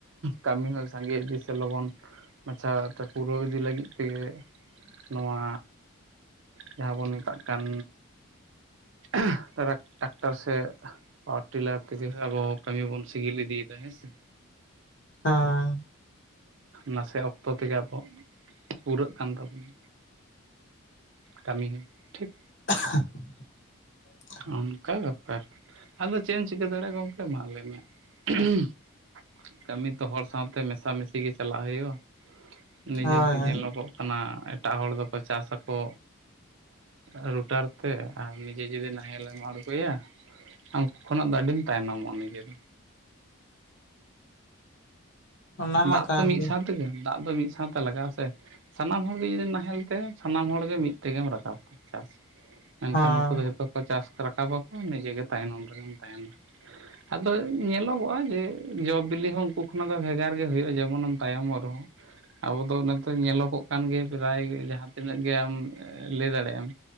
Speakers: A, on the right; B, on the left.
A: ᱠᱟᱹᱢᱤ ᱦᱚᱸ ᱥᱟᱸᱜᱮ ᱤᱫᱤ ᱥᱮ ᱞᱚᱜᱚᱱ ᱢᱟᱪᱷᱟ ᱯᱩᱨᱟᱹᱣ ᱤᱫᱤ ᱞᱟᱹᱜᱤᱫ ᱛᱮᱜᱮ ᱱᱚᱣᱟ ᱡᱟᱦᱟᱸ ᱵᱚᱱ ᱢᱮᱛᱟᱜ ᱠᱟᱱ <unintelligible> ᱴᱟᱠᱴᱚᱨ ᱥᱮ ᱟᱨ ᱴᱤᱞᱟᱨ ᱛᱮᱜᱮ ᱟᱵᱚ ᱠᱟᱹᱢᱤ ᱵᱚᱱ ᱥᱤᱜᱤᱞ ᱤᱫᱤᱭᱮᱫᱟ ᱦᱮᱸ ᱥᱮ
B: ᱦᱮᱻ
A: ᱱᱟᱥᱮ ᱚᱠᱛᱚ ᱛᱮᱜᱮ ᱟᱵᱚ ᱯᱩᱨᱟᱹᱜ ᱠᱟᱱ ᱛᱟᱵᱚᱱᱟ ᱠᱟᱹᱢᱤ ᱦᱚᱸ ᱴᱷᱤᱠ
B: <unintelligible>
A: ᱚᱱᱠᱟ ᱵᱮᱯᱟᱨ ᱟᱫᱚ ᱪᱮᱫ ᱮᱢ ᱪᱤᱠᱟᱹ ᱫᱟᱲᱮᱭᱟᱜᱼᱟ ᱜᱚᱢᱠᱮ ᱢᱟ ᱞᱟᱹᱭ ᱢᱮ <unintelligible> ᱠᱟᱹᱢᱤ ᱛᱚ ᱦᱚᱲ ᱥᱟᱶᱛᱮ ᱢᱮᱥᱟ ᱢᱮᱥᱤ ᱜᱮ ᱪᱟᱞᱟᱜ ᱦᱩᱭᱩᱜᱼᱟ ᱱᱤᱡᱮ
B: ᱦᱳᱭ
A: ᱫᱚ
B: ᱦᱳᱭ
A: ᱧᱮᱞᱚᱜᱚᱜ ᱠᱟᱱᱟ ᱮᱴᱟᱜ ᱦᱚᱲ ᱫᱚᱠᱚ ᱪᱟᱥ ᱟᱠᱚ ᱮᱻ ᱨᱩᱴᱟᱨ ᱛᱮ ᱟᱨ ᱱᱤᱡᱮ ᱡᱩᱫᱤ ᱱᱤᱦᱮᱞᱮᱢ ᱟᱬᱜᱚᱭᱟ ᱩᱱᱠᱩ ᱠᱷᱚᱱᱟᱜ ᱫᱚ ᱟᱹᱰᱤᱢ ᱛᱟᱭᱱᱚᱢᱚᱜᱼᱟ ᱱᱤᱡᱮ ᱫᱚ
B: ᱚᱱᱟ ᱢᱟ
A: ᱫᱟᱜ
B: ᱠᱟᱱ
A: ᱛᱚ ᱢᱤᱫ
B: ᱜᱮ
A: ᱥᱟᱶ ᱛᱮᱜᱮ ᱫᱟᱜ ᱫᱚ ᱢᱤᱫ ᱥᱟᱶᱛᱮ ᱞᱟᱜᱟᱜᱼᱟ ᱥᱮ ᱥᱟᱱᱟᱢ ᱦᱚᱲᱜᱮ ᱡᱩᱫᱤ ᱱᱟᱦᱮᱞ ᱛᱮ ᱥᱟᱱᱟᱢ ᱦᱚᱲᱜ ᱢᱤᱫ ᱛᱮᱜᱮᱢ ᱨᱟᱠᱟᱵᱟ ᱪᱟᱥ ᱢᱮᱱᱠᱷᱟᱱ
B: ᱦᱮᱸ᱾
A: ᱩᱱᱠᱩ ᱫᱚ ᱡᱷᱚᱛᱚ ᱠᱚ ᱪᱟᱥ ᱨᱟᱠᱟᱵᱟ ᱱᱤᱡᱮ ᱜᱮ ᱛᱟᱭᱱᱚᱢ ᱨᱮᱜᱮᱢ ᱛᱟᱦᱮᱱᱟ ᱟᱫᱚ ᱧᱮᱞᱚᱜᱚᱜᱼᱟ ᱡᱮ ᱡᱚ ᱵᱤᱞᱤ ᱦᱚᱸ ᱩᱱᱠᱩ ᱚᱱᱟ ᱫᱚ ᱵᱷᱮᱜᱟᱨ ᱜᱮ ᱦᱩᱭᱩᱜᱼᱟ ᱡᱮᱢᱚᱱ ᱮᱢ ᱛᱟᱭᱚᱢᱚᱜ ᱨᱮᱦᱚᱸ ᱟᱵᱚ ᱫᱚ ᱚᱱᱟ ᱫᱚ ᱧᱮᱞᱚᱜᱚᱜ ᱠᱟᱱ ᱯᱨᱟᱭ ᱡᱟᱦᱟᱸᱛᱤᱱᱟᱹᱜ ᱜᱮ ᱟᱢ ᱞᱟᱹᱭ ᱫᱟᱲᱮᱭᱟᱜ ᱟᱢ